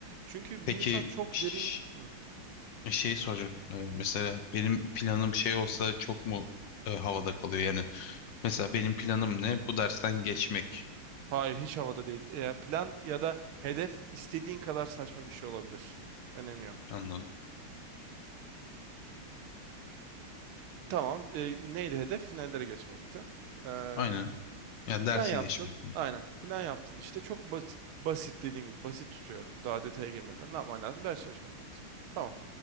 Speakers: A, on the right; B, on the left.
A: Çünkü
B: peki
A: bir insan çok
B: ş-
A: derin... Hı,
B: e, şey soracak. Ee, mesela benim planım şey olsa çok mu e, havada kalıyor yani? Mesela benim planım ne? Bu dersten geçmek.
A: hayır hiç havada değil. Eee, plan ya da hedef istediğin kadar saçma bir şey olabilir. Önemi yok.
B: Anladım.
A: Tamam. E, neydi hedef? Finallere geçmekti. Ee,
B: Aynen. Yani
A: plan
B: dersi
A: yaptın.
B: geçmek. yani.
A: Aynen. Plan yaptın. İşte çok basit, basit dediğim gibi basit tutuyorum. Daha detaya girmeden ne yapman lazım? Ders çalışman lazım. Tamam.